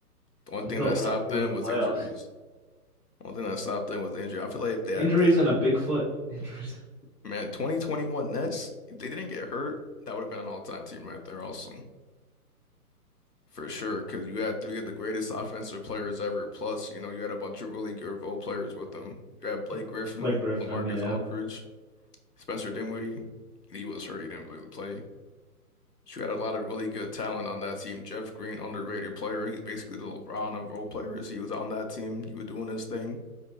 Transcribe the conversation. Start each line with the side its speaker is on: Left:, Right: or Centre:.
Left: The only
Centre: until
Left: thing that
Centre: round
Left: stopped
Centre: two
Left: them
Centre: of the
Left: was
Centre: playoffs.
Left: injuries. One thing that stopped them was the injury. I feel like if they,
Centre: Injuries
Left: if they
Centre: and a big foot. <laughs> Injuries and
Left: man, 2021 Nets, if they didn't get hurt, that would have been an all-time team right there also. For sure, because you had three of the greatest offensive players ever. Plus, you know, you had a bunch of really good role players with them. You had Blake
Centre: a
Left: Griffin,
Centre: Blake Griffin.
Left: LaMarcus
Centre: Yeah,
Left: Aldridge, Spencer Dinwiddie. He was hurt, he didn't really play. But you had a lot of really good talent on that team. Jeff Green, underrated player. He's basically the LeBron of role players. He was on that team. He was doing his thing.